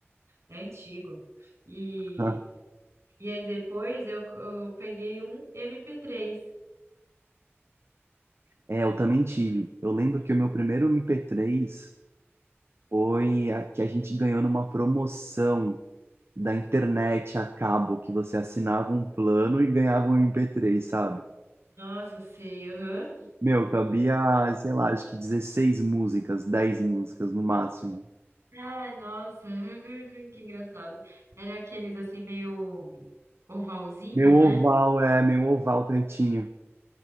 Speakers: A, on the right; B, on the right.
A: é antigo. E,
B: <laughs>
A: e aí depois eu, eu peguei um mp três
B: É, eu também tive. Eu lembro que o meu primeiro MP3 foi a que a gente ganhou numa promoção da internet a cabo, que você assinava um plano e ganhava um MP3, sabe?
A: Nossa, sei, aham.
B: Meu, cabia, sei lá, acho que 16 músicas, 10 músicas no máximo.
A: Ai, nossa, <laughs> que engraçado. Era aqueles assim meio ovalzinho,
B: Meu
A: né?
B: oval, é, meu oval pretinho.